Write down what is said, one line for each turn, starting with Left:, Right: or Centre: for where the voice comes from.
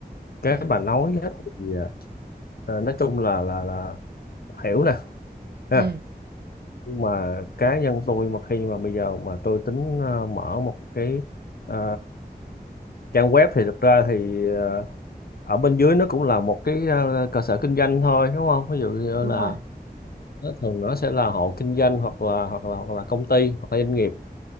Left: cái
Right: ừ
Left: bà nói á thì ờ, ờ, nói chung là là là hiểu nè ha.
Right: ừ
Left: nhưng mà cá nhân tôi mà khi mà bây giờ mà tôi tính ờ, mở một cái ờ, trang web thì thực ra thì ờ, ở bên dưới nó cũng là một cái ờ, cơ sở kinh doanh thôi đúng không ví dụ như
Right: đúng
Left: là
Right: rồi
Left: nó thường nó sẽ là hộ kinh doanh hoặc là hoặc là hoặc là công ty hoặc là doanh nghiệp